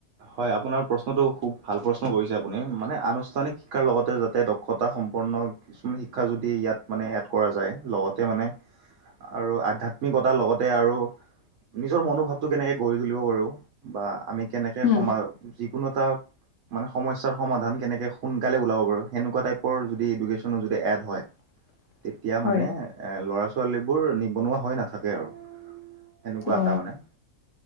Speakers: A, on the right; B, on the left.
A: হয়। আপোনাৰ প্ৰশ্নটো খুব ভাল প্ৰশ্ন কৰিছে আপুনি মানে আনুষ্ঠানিক শিক্ষাৰ লগতে যাতে দক্ষতা সম্পন্ন কিছুমান শিক্ষা যদি ইয়াত মানে এড কৰা যায়। লগতে মানে আৰু আধাত্মিকতাৰ লগতে আৰু নিজৰ মনোভাৱটো কেনেকে গঢ়ি তুলিব পাৰো বা আমি কেনেকে
B: উম,
A: সমাজ যিকোনো এটা মানে সমস্যাৰ সমাধান কেনেকে সোনকালে ওলাবাৰু সেনেকুৱা টাইপৰ যদি এডুকেশ্যন যদি এড হয়।
B: <unintelligible>
A: তেতিয়া
B: হয়
A: মানে ল'ৰা ছোৱালীবোৰ নিবনুৱা হৈ নাথাকে আৰু। সেনেকুৱা
B: অ
A: এটা মানে।